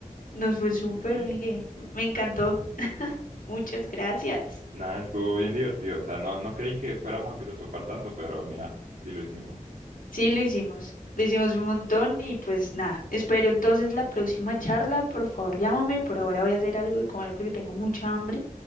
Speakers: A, on the left (about 85°); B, on the right (about 85°).
A: Nos fue súper,
B: Sí, sí.
A: Miguel. Me encantó. Muchas gracias.
B: Nada, estuvo bien divertido. O sea, no, no creí que fuéramos a filosofar tanto, pero mira, sí lo hicimos.
A: Sí, lo hicimos. Lo hicimos un montón y pues nada. Espero entonces la próxima charla. Por favor, llámame. Por ahora voy a hacer algo de comer porque tengo mucha hambre.